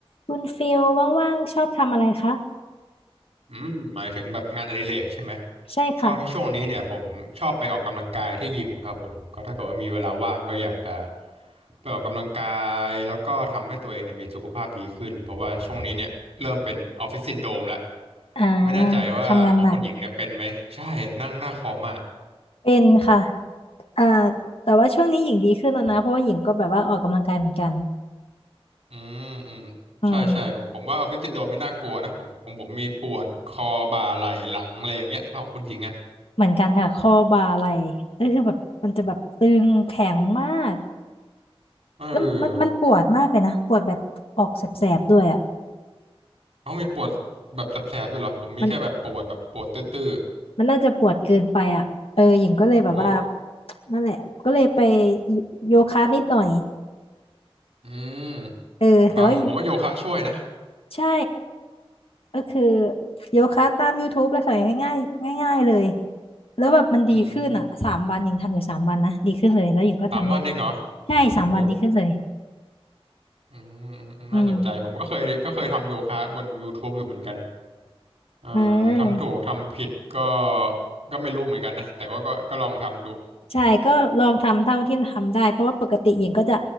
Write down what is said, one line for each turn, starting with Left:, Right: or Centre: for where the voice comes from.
Left: คุณฟิลว่างๆชอบทำอะไรคะ
Right: อืมหมายถึงแบบงานอดิเรกใช่ไหม
Left: ใช่ค่ะ
Right: ก็ถ้าช่วงนี้เนี่ยผมชอบไปออกกำลังกายที่ยิมครับผมก็ถ้าเกิดว่ามีเวลาว่างก็อยากจะไปออกกำลังกายแล้วก็ทำให้ตัวเองเนี่ยมีสุขภาพดีขึ้นเพราะว่าช่วงนี้เนี่ยเริ่มเป็นออฟฟิศซินโดรมแล้ว
Left: อ่า
Right: ไม่แน่ใจว่าของคนหญิงเนี่ยเป็นไหมใช่นั่งหน้าคอมอ่ะ
Left: ทำงานหนักเป็นค่ะอ่าแต่ว่าช่วงนี้หญิงดีขึ้นแล้วนะเพราะว่าหญิงก็แบบว่าออกกำลังกายเหมือนกัน
Right: อืมอืมใช่ใช่ผมผมว่าออฟฟิศซินโดรมไม่น่ากลัวนะผมของผมมีปวดคอบ่าไหล่หลังอะไรอย่างเงี้ยแล้วของคุณหญิงอ่ะ
Left: อืมเหมือนกันค่ะข้อบ่าไหล่ก็คือแบบมันจะแบบตึงแข็งมาก
Right: เออ
Left: แล้วมันมันปวดมากเลยนะปวดแบบออกแสบๆด้วยอ่ะ
Right: เขามีปวดแบบแสบๆด้วยเหรอผมมีแค่แบบปวดแบบปวดตื้อๆ
Left: มันมันน่าจะปวดเกินไปอ่ะเออหญิงก็เลยแบบว่า
Right: โอ้
Left: นั่นแหละก็เลยไปโยโยคะนิดหน่อย
Right: อืม
Left: เออแต่ว่า
Right: ครับผมผมว่าโยคะช่วยนะ
Left: ใช่ ก็คือโยคะตาม YouTube เลยค่ะง่ายๆง่ายๆเลยแล้วแบบมันดีขึ้นอ่ะสามวันหญิงทำอยู่สามวันนะดีขึ้นเลยแล้วหญิงก็ทำได้เรื่อย
Right: อืมสามวันเองเหรอ
Left: ใช่สามวันดีขึ้นเลย
Right: โอ้อืมอืมอืมน่าสนใจผมก็เคยก็เคยทำโยคะบน
Left: อืม
Right: YouTube อยู่เหมือนกัน เอ่อทำถูกทำผิดก็
Left: อืม
Right: ก็ไม่รู้เหมือนกันนะ แต่ก็ก็ก็ลองทำดู
Left: ใช่ก็ลองทำเท่าที่ทำได้เพราะว่าปกติหญิงก็จะ